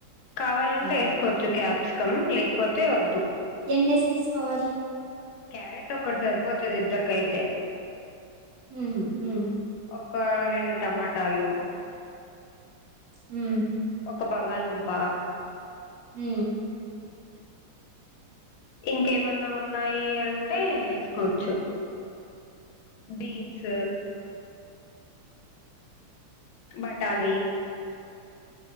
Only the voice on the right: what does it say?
క్యారెట్
ఎన్నేస్ తీసుకోవాలి
హ
హ
హ